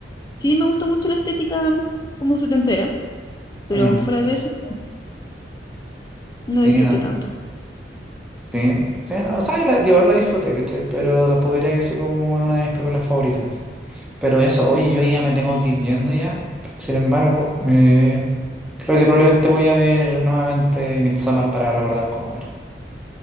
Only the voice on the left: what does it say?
Sí, me gustó mucho la estética mm, como setentera, pero
fuera de eso no no
disfruté
tanto.